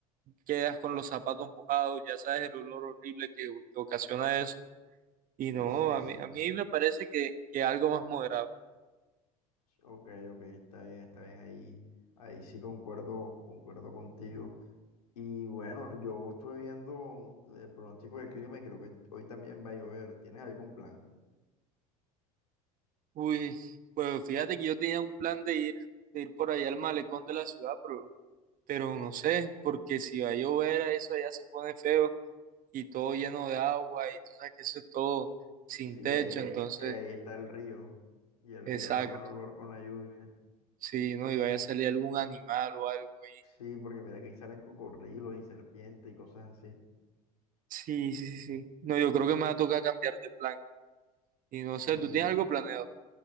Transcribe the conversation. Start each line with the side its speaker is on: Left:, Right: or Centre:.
Right: quedas con los zapatos mojados, ya sabes el olor horrible que, que ocasiona eso. Y
Left: sí,
Right: no,
Left: sí,
Right: a
Left: sí.
Right: mí, a mí me parece que, que algo más moderado.
Left: Ok, ok, está bien, está bien. Ahí, ahí sí concuerdo, concuerdo contigo. Y bueno, yo estuve viendo el pronóstico del clima y creo que hoy también va a llover. ¿Tienes algún plan?
Right: Uy, pues fíjate que yo tenía un plan de ir, de ir por allá al malecón de la ciudad, pero, pero no sé, porque si va a llover, a eso allá se pone feo y todo lleno de agua y tú sabes que eso es todo sin
Left: Sí,
Right: techo,
Left: ahí,
Right: Eh, entonces,
Left: ahí ahí está el río. Y el
Right: exacto,
Left: río da mal olor con la lluvia.
Right: sí, no, y vaya a salir algún animal o algo ahí.
Left: Sí, porque mira que ahí salen cocodrilos y serpientes y cosas así.
Right: Sí, sí, sí, sí. No, yo creo que me va a tocar cambiar de plan. Y no
Left: Sí,
Right: sé, ¿tú tienes algo planeado?